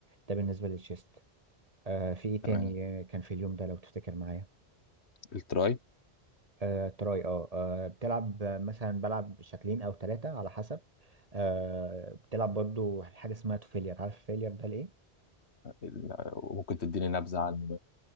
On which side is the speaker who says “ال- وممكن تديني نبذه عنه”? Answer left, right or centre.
Left